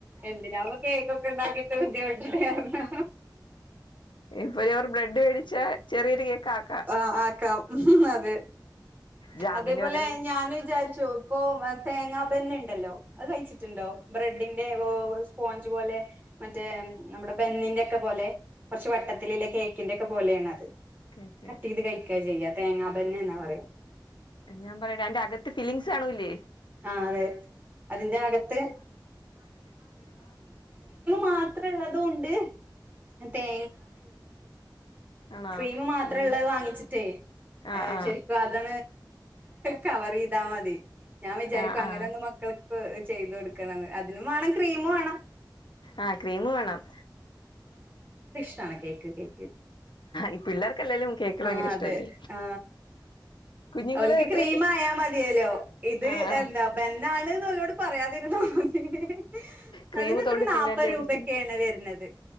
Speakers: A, on the right; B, on the left.
A: എന്തിനായിപ്പംകേക്കൊക്കെ ഉണ്ടാക്കിയിട്ട് ബുദ്ധിമുട്ടണേന്ന്
B: ഇപ്പൊ ഒരു ബ്രെഡ് മേടിച്ച ചെറിയൊരു കേക്ക് ആക്കാം
A: അ.. ആക്കാമതെ
B: ജാമിന്
A: അതേപോലെ
B: പകരം
A: ഞാനും വിചാരിച്ചു. ഇപ്പൊമെസേ തേങ്ങാ ബന്ന ഉണ്ടല്ലോ അത് കഴിച്ചിട്ടുണ്ടോ ബ്രെഡിന്റെ സ്പോഞ്ച് പോലെ മറ്റേ നമ്മുടെ ബന്നിന്റെ ഒക്കെ പോലെ കുറച്ചുവട്ടത്തിലല്ലേ കേക്കിന്റെ ഇതുപോലെയാണത്
B: കേക്ക്
A: കട്ട് ചെയ്തുകഴിക്കാ ചെയ്യാ തേങ്ങാപ്പന്നയെന്നാ പറയുക
B: ഞാൻപറയട്ടെ, അതിന്റെ യകത്ത്ഫിലിംങ്സ് കാണൂല്ലേ
A: ആഹ് അതെ അതിന്റെ അകത്ത് മാത്രമുള്ളതുമുണ്ട്. തേ
B: ആണോ
A: ക്രീമുമാത്രമുള്ളത്
B: ഈ
A: വാങ്ങിച്ചിട്ടേ,
B: ആഹ്
A: ഏ..
B: ആഹ്
A: ശരിക്കും അതി കവർചെയ്താൽമതി ഞാൻ വിചാരിക്കും,
B: ആഹ്
A: അങ്ങനെയൊക്കെകുറചു
B: ആഹ്
A: ചെയ്തു കൊടുക്കണെന്ന് അതിനുംവേണം, ക്രീമു വേണം.
B: ആ.. ക്രീമുവേണം.
A: ട്ടാണ് കേക്ക് കേക്ക്
B: ഈ പിള്ളേർക്കല്ലേലും കേക്കുകള്
A: ആ
B: ഭയങ്കര ഇഷ്ടല്ലേ
A: അതെ ആ
B: കുഞ്ഞുങ്ങള്
A: ഓൽക്ക്
B: എത്രൽ
A: ക്രീം ആയാ മതിയല്ലോ ഇത്
B: ആ ആ
A: എന്താ <unintelligible> പറയാതെ ഹി ഹി ഹി
B: ക്രീം
A: അതിനെത്ര
B: തോണ്ടി
A: നാൽപ്പത്
B: തിന്നല്ലേ
A: രൂപക്കെയാണ്
B: ഇരിക്കുന്നു
A: വരുന്നത്